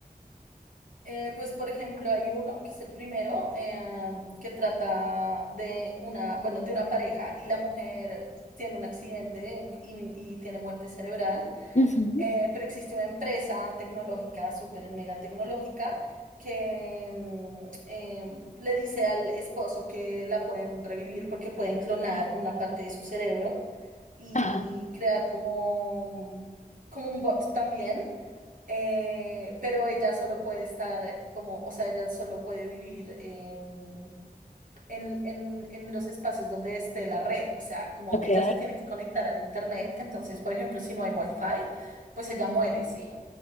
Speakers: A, on the right; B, on the left.
A: Eh, pues, por ejemplo, hay uno que es el primero em, que trata de una, bueno, de una pareja y la mujer tiene un accidente un- y, y tiene muerte cerebral,
B: Ujú.
A: eh, pero existe una empresa tecnológica, súper mega tecnológica, que mm, em, le dice al esposo que la pueden revivir porque pueden clonar una parte de su cerebro y
B: Ajá,
A: crear como, como un bot también eh, pero ella solo puede estar como, o sea, ella solo puede vivir em, en, en, en los espacios donde esté la red, o sea, como
B: ok.
A: ella se tiene que conectar al internet, entonces, por ejemplo, si no hay wifi, pues ella muere, ¿sí?